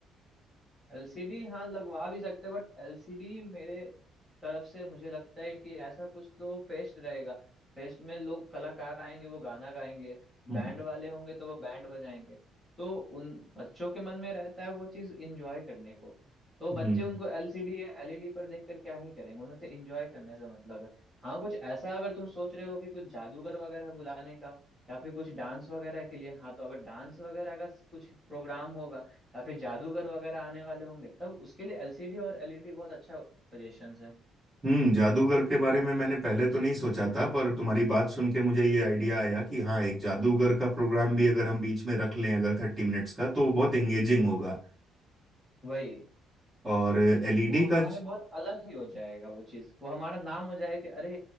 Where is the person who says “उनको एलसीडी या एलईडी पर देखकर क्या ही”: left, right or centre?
Centre